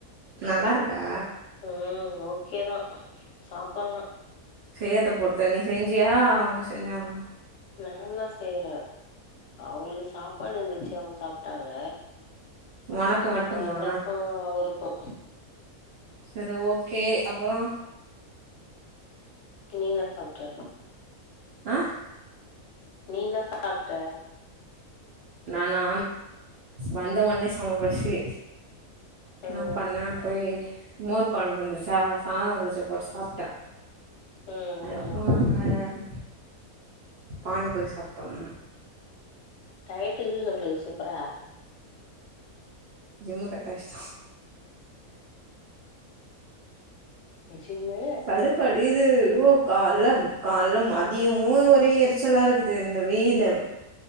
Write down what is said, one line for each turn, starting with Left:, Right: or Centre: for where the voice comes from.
Right: நல்லாருக்கா
Left: உம் ஓகே தான் சாப்பட்லா
Right: செய்யாத பொறுத்து நீ செஞ்சாங்களா அவுங்க செஞ்சாங்களா
Left: நால்லா செய்றே அவுங்களுக்கு சாப்பாடு இருந்துச்சு அவுங்க சாப்ட்டாங்க.
Right: ஒனக்கு மட்டுமா
Left: இப்ப எனக்கு அவருக்கு
Right: செரி ஓகே அப்பறோ
Left: நீ என்ன சாப்ட்ட
Right: அ
Left: நீ இன்னா சாப்ட
Right: நானா வந்த ஒன்னே செம பசி இன்னாப்
Left: ம்
Right: பண்ணே போயி மோர் கொழம்பு இந்துசா சாதோ இந்துசு போட்டு சாப்ட்டே
Left: ம் ம்
Right: அப்றோ அங்க அ பானிபூரி சாப்ட்டம்.
Left: டயட்டு இருகுற போலகுது சூப்பரா
Right: ஜிம்ம கட்டச்டா
Left: ஜிம்மு
Right: படுப்படிர் இது ஓக் கால்லம் கால்லம் மதியமு ஒரே எரிச்சலா இருகுது இந்த வெயில்லேம்